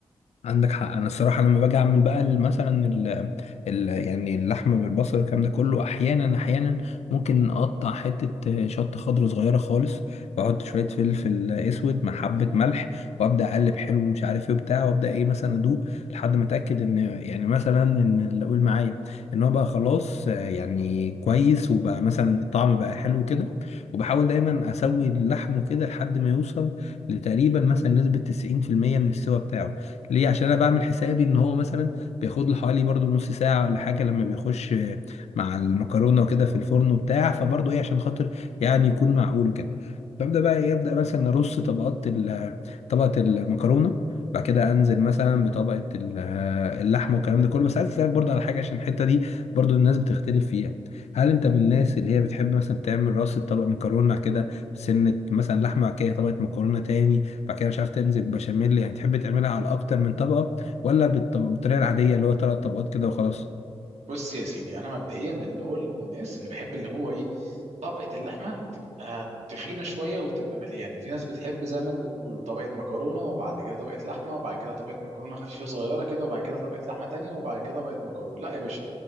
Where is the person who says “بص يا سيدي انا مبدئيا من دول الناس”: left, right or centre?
Right